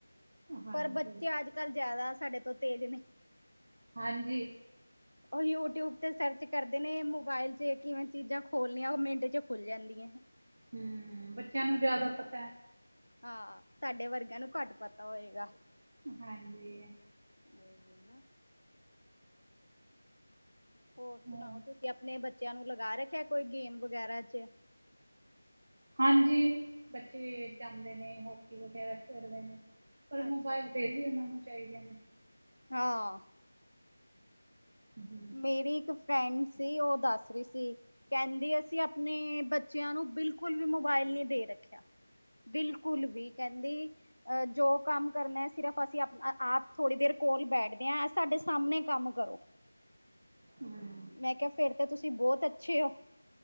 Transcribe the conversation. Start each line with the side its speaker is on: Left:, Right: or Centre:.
Right: ਹਾਂਜੀ।
Left: ਪਰ ਬੱਚੇ ਅੱਜ ਕੱਲ ਜ਼ਿਆਦਾ ਸਾਡੇ ਤੋਂ ਤੇਜ਼ ਨੇ
Right: ਹਾਂਜੀ
Left: ਉਹ ਯੂਟਿਊਬ ਤੇ ਸਰਚ ਕਰਦੇ ਨੇ, ਮੋਬਾਇਲ ਚ ਕਿਵੇਂ ਚੀਜ਼ਾਂ ਖੋਲਣੀਆਂ, ਉਹ ਮਿੰਟ ਚ ਖੁੱਲ ਜਾਂਦੀਆਂ
Right: ਹਮ ਬੱਚਿਆਂ ਨੂੰ ਜਿਆਦਾ ਪਤਾ
Left: ਹਾਂ, ਸਾਡੇ ਵਰਗਿਆਂ ਨੂੰ ਘੱਟ ਪਤਾ ਹੋਏਗਾ
Right: ਹਾਂਜੀ
Left: ਇਹ ਹੈ ਨਾ ਹੋਰ ਸੁਣਾਓ,
Right: ਹੂੰ
Left: ਤੁਸੀਂ ਆਪਣੇ ਬੱਚਿਆਂ ਨੂੰ ਲਗਾ ਰੱਖਿਆ ਕੋਈ ਗੇਮ ਵਗੈਰਾ ਚ'
Right: ਹਾਂਜੀ, ਬੱਚੇ ਜਾਂਦੇ ਨੇ ਹੋਕੀ ਵਗੈਰਾ ਖੇਡਦੇ ਨੇ ਪਰ ਮੋਬਾਇਲ
Left: ਅੱਛਾ
Right: ਫੇਰ ਵੀ ਉਹਨਾ ਨੂੰ ਚਾਹੀਦੇ ਨੇ,
Left: ਹਾਂ
Right: ਹਮ
Left: ਮੇਰੀ ਇੱਕ ਫਰੈਂਡ ਸੀ, ਉਹ ਦੱਸ ਰਹੀ ਸੀ, ਕਹਿੰਦੀ ਅਸੀਂ ਆਪਣੇ ਬੱਚਿਆਂ ਨੂੰ ਬਿਲਕੁਲ ਵੀ ਮੋਬਾਇਲ ਨੀ ਦੇ ਰੱਖਿਆ ਬਿਲਕੁਲ ਵੀ ਕਹਿੰਦੀ ਅ ਜੋ ਕੰਮ ਕਰਨਾ ਸਿਰਫ਼ ਅਸੀਂ ਆਪ ਥੋੜ੍ਹੀ ਦੇਰ ਕੋਲ ਬੈਠਦੇ ਹਾਂ। ਸਾਡੇ ਸਾਹਮਣੇ ਕੰਮ ਕਰੋ।
Right: ਹੂੰ
Left: ਮੈਂ ਕਿਹਾ ਫੇਰ ਤਾਂ ਤੁਸੀਂ ਬਹੁਤ ਅੱਛੇ ਹੋ